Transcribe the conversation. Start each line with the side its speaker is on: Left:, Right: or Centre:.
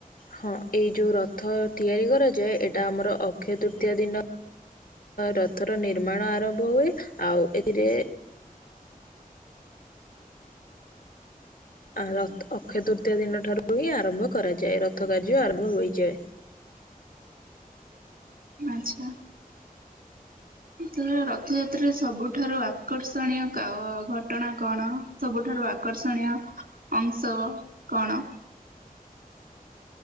Left: ହଁ ଏଇ ଯୋଉ ରଥ ତିଆରି କରାଯାଏ। ଏଇଟା ଆମର ଅକ୍ଷୟ ତୃତୀୟା ଦିନ ରଥର ନିର୍ମାଣ ଆରମ୍ଭ ହୁଏ। ଆଉ ଏଥିରେ ରଥ୍ ଅକ୍ଷୟ ତୃତୀୟା ଦିନ ଠାରୁ ହିଁ ଆରମ୍ଭ କରାଯାଏ। ରଥ କାର୍ଯ୍ୟ ଆରମ୍ଭ ହୋଇଯାଏ।
Right: ଆଚ୍ଛା। ଏଥର ରଥଯାତ୍ରାରେ ସବୁଠାରୁ ଆକର୍ଷଣୀୟ କା ଘଟଣା କଣ? ସବୁଠାରୁ ଆକର୍ଷଣୀୟ ଅଂଶ କଣ?